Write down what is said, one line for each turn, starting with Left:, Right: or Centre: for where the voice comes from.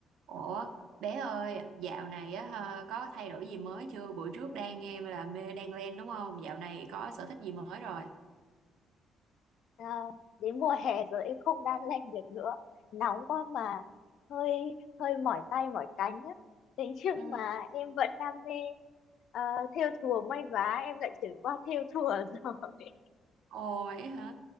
Right: Ủa, bé ơi, dạo này á ha, có thay đổi gì mới chưa? Bữa trước đang nghe là mê đan len đúng không? Dạo này có sở thích gì mới rồi?
Left: Ờ, đến mùa hè rồi em không đan len được nữa nóng quá mà hơi hơi mỏi tay mỏi cánh á thế nhưng
Right: Ừ.
Left: mà em vẫn đam mê ờ, thêu thùa may vá em lại chuyển qua thêu thùa rồi <laughs>
Right: Ồ vậy hả?